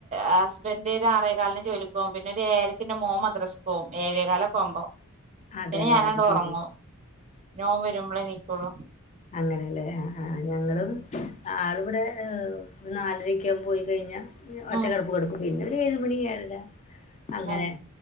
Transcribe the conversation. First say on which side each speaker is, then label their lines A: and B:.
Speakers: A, on the right; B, on the left.
A: ഹസ്ബൻഡ് ഒര് ആറേകാലിന് ജോലിക്ക് പോവും. പിന്നെ ഒരു ഏയരയ്ക്ക് എന്റെ മ്വോൻ മദ്രസ്ക്ക് പോവും. ഏഴേകാലൊക്കെ ആവുമ്പോൾ
B: അതെല്ലേ
A: പിന്നെ ഞാനങ്ങട്
B: അത് ശരി
A: ഒറങ്ങും ഞാൻ ഓൻ വരുമ്പളേ നീക്കോള്ളൂ
B: അങ്ങനല്ലേ? ആഹ് ആഹ് ഞങ്ങളും ആളിവിടെ നാലരക്കേ ആവുമ്പോ പോയി കഴിഞ്ഞാൽ ഒറ്റകെടപ്പ്
A: ഉം
B: കെടക്കും. പിന്നൊരു ഏഴ് മണി ഏഴര അങ്ങനെ
A: ഏഹ്